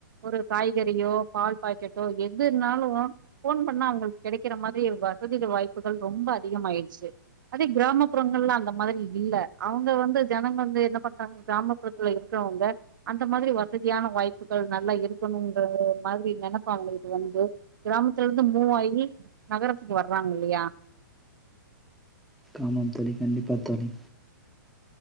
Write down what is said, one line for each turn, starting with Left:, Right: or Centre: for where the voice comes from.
Right: ஒரு காய்கறியோ பால் பாக்கெட்டோ எது இருனாலும் போன் பண்ண அவங்களுக்கு கிடைக்கிற மாதிரி வசதிகள் வாய்ப்புகள் ரொம்ப அதிகம ஆயிடுச்சு அதே கிராமப்புறங்கள்ல அந்த மாதிரி இல்ல அவங்க வந்து ஜனங்க வந்து என்ன பண்றாங்கிராம த்துல இருக்கிறவங்க அந்த மாதிரி வசதியான வாய்ப்புகள் நல்லா இருக்கணுங்க மாதிரி நினைப்பவங்களுக்கு வந்து கிராமத்துல இருந்து மூவாயி நகரத்துக்கு வர்றாங்க இல்லயா
Centre: ஆமாம் தொலி கண்டிப்பா தொலி